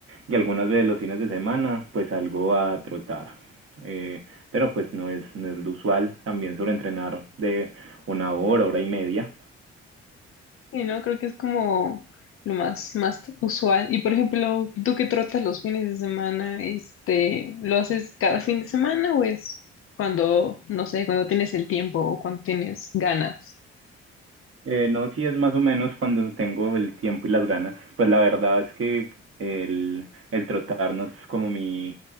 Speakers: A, on the right; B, on the left.
A: y algunas veces los fines de semana pues salgo a trotar. Eh, pero pues no es, no es lo usual, también suelo entrenar de una hora, hora y media.
B: Y no, creo que es como lo más más usual. Y por ejemplo, tú que trotas los fines de semana, este, ¿lo haces cada fin de semana o es cuando, no sé, cuando tienes el tiempo o cuando tienes ganas?
A: Eh, no, sí es más o menos cuando tengo el tiempo y las ganas. Pues la verdad es que el, el trotar no es como mi,